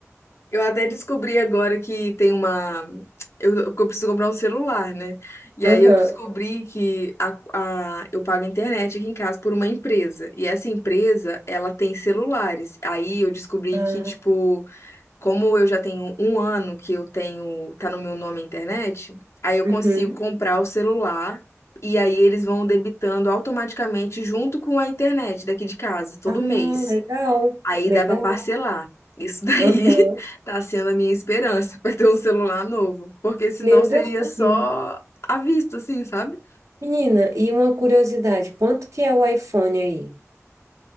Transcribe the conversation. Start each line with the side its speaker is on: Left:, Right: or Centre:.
Left: Eu até descobri agora que tem uma. Eu, que eu preciso comprar um celular, né? E
Right: Aham.
Left: aí eu descobri que a, a- eu pago a internet aqui em casa por uma empresa. E essa empresa, ela tem celulares. Aí eu descobri
Right: Ah,
Left: que, tipo, como eu já tenho um ano que eu tenho, tá no meu nome a internet, aí eu
Right: uhum.
Left: consigo comprar o celular e aí eles vão debitando automaticamente junto com a internet daqui de casa, todo
Right: Ah,
Left: mês.
Right: legal.
Left: Aí
Right: Legal.
Left: dá pra parcelar. Isso daí
Right: Aham.
Left: <laughs> tá sendo a minha esperança pra ter um celular novo, porque senão
Right: Meu
Left: seria
Right: Deus, pupila.
Left: só à vista, assim, sabe?
Right: Menina, e uma curiosidade, quanto que é o iPhone aí?